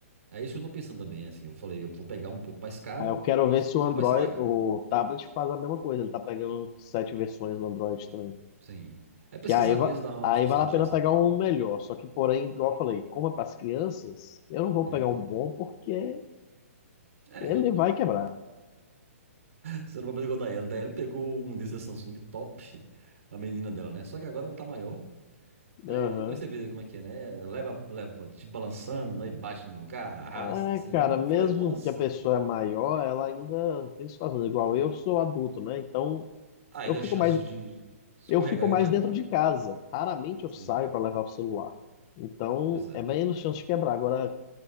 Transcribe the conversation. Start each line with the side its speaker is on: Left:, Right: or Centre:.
Right: É isso que eu tô pensando também, assim. Eu falei, eu vou pegar um pouco mais caro,
Left: Aí eu quero ver se
Right: que
Left: o Android,
Right: ele vai se pagar.
Left: o tablet faz a mesma coisa. Ele tá pegando sete versões do Android também.
Right: Sim. É pesquisar
Left: Que aí,
Right: mesmo,
Left: va-
Right: dar uma
Left: aí
Right: forçadinha
Left: vale a pena
Right: assim.
Left: pegar um melhor. Só que, porém, igual eu falei, como é para as crianças, eu não vou
Right: Hum.
Left: pegar um bom porque
Right: É,
Left: ele vai quebrar.
Right: Você não pode fazer igual da Ellie. Da Ellie pegou um desses Samsung top pra menina dela, né? Só que agora ela tá maior. Aí
Left: Aham.
Right: vai você ver como é que é, né? Leva, leva, te balançando, aí bate no lugar, arrasta
Left: É,
Right: assim.
Left: cara,
Right: E eu
Left: mesmo
Right: falei, nossa,
Left: que a pessoa é maior, ela ainda tem situações igual eu sou adulto, né? Então
Right: tá ainda
Left: eu fico
Right: a chance
Left: mais
Right: de, de escorregar
Left: eu fico mais
Right: e deixar
Left: dentro
Right: quebrar.
Left: de casa. Raramente eu
Right: Sim,
Left: saio para levar o celular. Então
Right: pois é.
Left: é menos chance de quebrar. Agora